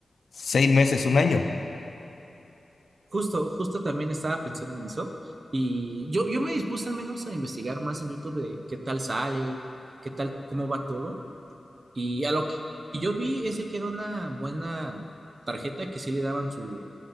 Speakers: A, on the left (about 70°); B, on the right (about 50°).
A: Seis meses, un año.
B: Justo, justo también estaba pensando en eso y yo, yo me dispuse al menos a investigar más en YouTube de qué tal sale, qué tal, cómo va todo y a lo que yo vi ese que era una buena tarjeta que sí le daban su,